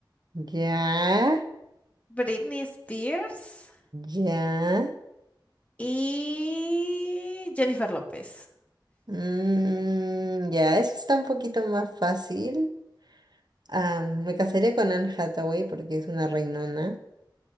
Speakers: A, on the right (about 60°); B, on the left (about 15°).
A: Ya,
B: Britney Spears.
A: ya,
B: Y Jennifer López.
A: mm, ya, eso está un poquito más fácil. Ah, me casaría con Anne Hathaway porque es una reinona,